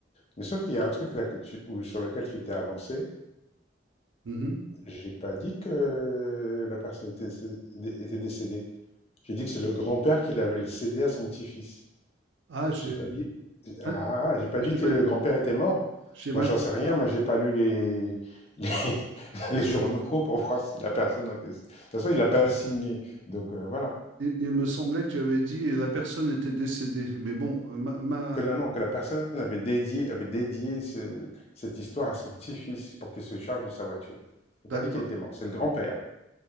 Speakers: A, on the left; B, on the right.
A: Mais sauf qu'il y a un truc là que tu, où- sur lequel tu t'es avancé.
B: Mhm.
A: J'ai pas dit que la personne était, était décédée. J'ai dit que c'est le grand-père qui l'avait cédé à son petit-fils.
B: Ah, j'ai
A: J'ai pas dit. Ah,
B: mal-
A: j'ai pas
B: j'ai
A: dit que
B: mal.
A: le grand-père était mort.
B: j'ai mal-
A: Moi, j'en sais rien. Moi, j'ai pas lu les, les, <laughs> les journaux pour voir si la personne en question. De toute façon, il n'a pas signé. Donc, euh, voilà.
B: Il, il me semblait que tu avais dit la personne était décédée, mais bon, euh, ma, ma-
A: Que non, non, que la personne avait dédié, avait dédié ce- cette histoire à son petit-fils pour qu'il se charge de sa voiture. J'ai
B: d'accord.
A: pas dit qu'il était mort. C'est le grand-père.